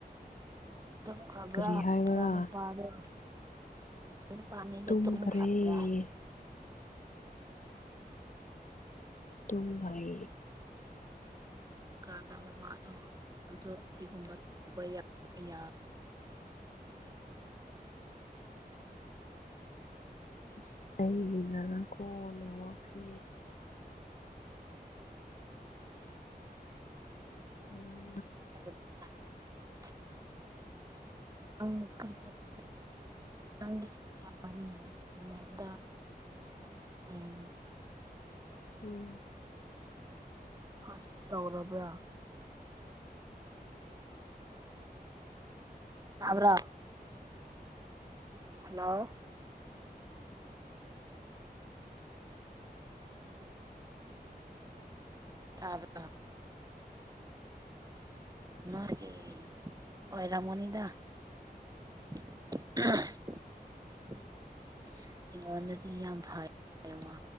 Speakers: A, on the right; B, on the left.
A: ꯇꯨꯝꯈ꯭ꯔꯕ꯭ꯔꯥ
B: ꯀꯔꯤ
A: ꯅꯆꯥꯅꯨꯨꯄꯥꯗꯣ
B: ꯍꯥꯏꯕ꯭ꯔꯥ
A: ꯅꯨ ꯄꯥꯝꯃꯦꯗ
B: ꯇꯨꯝꯈ꯭ꯔꯦ
A: ꯇꯨꯝꯈ꯭ꯔꯕ꯭ꯔꯥ ꯍꯥꯏꯕꯅꯦ
B: ꯇꯨꯝꯈ꯭ꯔꯦ
A: ꯀꯟꯗ ꯃꯃꯥꯗꯣ ꯑꯗꯨ <unintelligible> ꯇꯧꯕ ꯌꯥ <unintelligible>
B: ꯑꯁ ꯑꯩꯒꯤ ꯅꯥꯔ ꯀꫭ ꯅꯦꯠꯋꯥꯛꯁꯦ <inaudible>
A: <inaudible> <inaudible> <inaudible>
B: ꯎꯝ꯫
A: ꯍꫭꯁ ꯇꯧꯔꯕ꯭ꯔꯥ ꯇꯥꯕ꯭ꯔꯥ ꯍꯜꯂꯣ ꯇꯥꯕ꯭ꯔꯥ ꯅꫭꯏꯒꯤ ꯑꫭꯏꯔꯝꯒꯅꯤꯗ <inaudible> ꯑꯩꯉꯣꯟꯗꯗꯤ ꯌꯥꯝ ꯐꯩꯌꯦꯕ